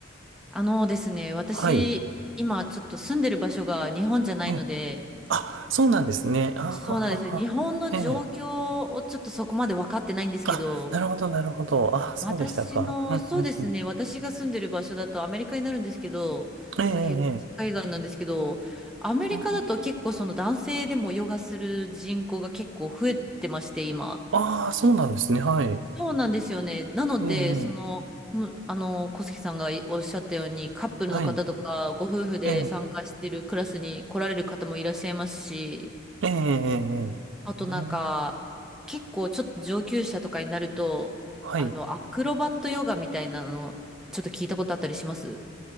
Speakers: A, in the centre; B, on the right.
A: あのですね、私、
B: はい。
A: 今ちょっと住んでる場所が日本じゃないので、
B: ええ。あ、そうなんですね。あははは。
A: そうなんですよ。日本の状況をちょっとそこまで分かってないんですけど、
B: ええ。あ、なるほど、なるほど。あ、そうでしたか。
A: 私の、そうですね、
B: うん、うん、うん。
A: 私が住んでる場所だとアメリカになるんですけど、
B: ええ、ええ。
A: の東海岸なんですけど、
B: ええ
A: アメリカだと結構その男性でもヨガする人口が結構増えてまして、
B: あ
A: 今。
B: あ、ああそうなんですね。はい。
A: そうなんですよね。なので、
B: ええ、
A: その、
B: ええ
A: むあの、小杉さんがおっしゃったように、カップルの方とか、
B: はい。
A: ご夫婦で参加してるクラスに来られる方もいらっしゃいますし、
B: ええ、ええ、ええ。ええうん
A: あとなんか、結構ちょっと上級者とかになると、
B: はい。
A: あの、アクロバットヨガみたいなの、ちょっと聞いたことあったりします